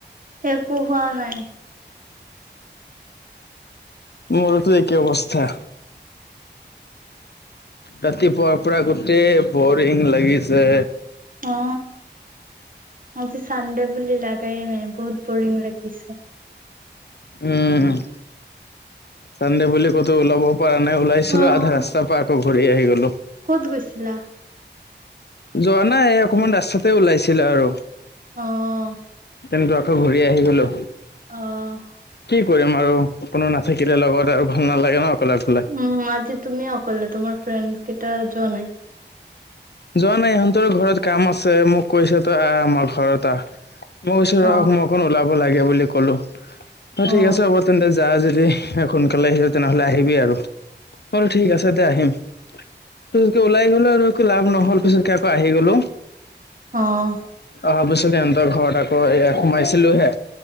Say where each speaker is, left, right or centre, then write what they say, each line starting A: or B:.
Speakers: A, on the right; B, on the left.
A: একো হোৱা নাই।
B: মোৰতো একেই অৱস্থা ৰাতিপুৱাৰ পৰা গোটেই বৰিং লাগিছে।
A: অ আজি চানডে বুলি লাগাই নাই, বহুত বৰিং লাগিছে।
B: উম', চানডে বুলি ক'তো ওলাব পাৰা নাই ওলাইছিলো
A: অ',
B: আধা ৰাস্তাৰ পা আকৌ ঘূৰি আহি গ'লো।
A: ক'ত গৈছিলা?
B: যোৱা নাই অকমান ৰাস্তাতে ওলাইছিলে আৰু
A: অহ
B: কিন্তু ঘূৰি আহি গ'লোঁ।
A: অহ
B: কৰিম আৰু কোনো নাথাকিলে লগত, আৰু ভাল নালাগে ন। অকলে অকলে
A: উম', আজি তুমি অকলে, তোমাৰ ফ্ৰেন্ডছ কেইটা যোৱা নাই?
B: যোৱা নাই ইহঁতৰ ঘৰত কাম আছে, মোক কৈছে তই আহ', আমাৰ ঘৰত আহ মই কৈছো
A: অ
B: ৰ', মই অকণ ওলাব লাগে বুলি ক'লো হয়',
A: অ
B: ঠিক আছে হ'ব তেন্তে যা', যদি সোনকালে আহিলো তেনেহ'লে আহিবি আৰু, অ', ঠিক আছে তে, আহিম এনকে ওলাই গ'লে আৰু একো লাভ নহ'ল পিছত কে আকৌ আহি গ'লো।
A: অহ
B: তাৰপিছত সিহঁৰ ঘৰ এ সোমাইছিলো হে,